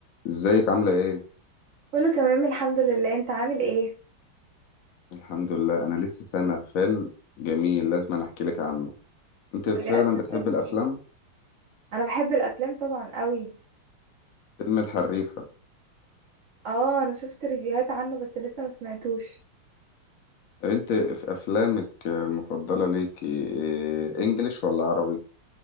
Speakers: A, on the left; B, on the right.
A: ازيك عاملة ايه؟
B: كله تمام الحمد لله انت عامل ايه
A: الحمد لله انا لسه سامع فيلم جميل لازم أنا احكي لك عنه انت فعلا
B: بجد
A: بتحب
B: فيلم
A: الافلام؟
B: ايه انا بحب الافلام طبعا قوي
A: فيلم الحريفة
B: اه انا شفت ريفيوهات عنه بس لسه ما سمعتوش
A: طب انت في افلامك المفضلة ليك إيه، انجليش ولا عربي؟